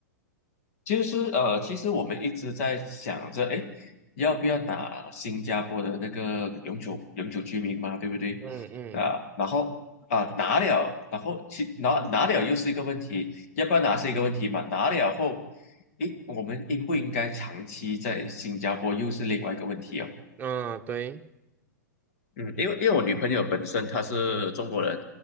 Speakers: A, on the left; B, on the right.
A: 就是呃，其实我们一直在想着，哎，要不要拿新加坡的那个永久永久居民嘛，对不对？
B: 嗯嗯
A: 啊，然后啊拿了，然后其拿拿了又是一个问题，要不要拿是一个问题嘛？拿了后，诶，我们应不应该长期在新加坡又是另外一个问题哦。
B: 嗯，对，
A: 嗯，因为因为我女朋友本身她是中国人，